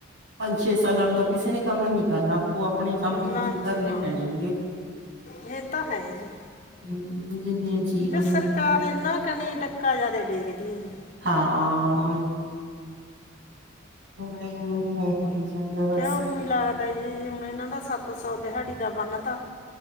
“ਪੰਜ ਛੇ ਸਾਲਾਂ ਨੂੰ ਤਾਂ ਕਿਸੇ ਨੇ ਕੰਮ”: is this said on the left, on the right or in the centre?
Right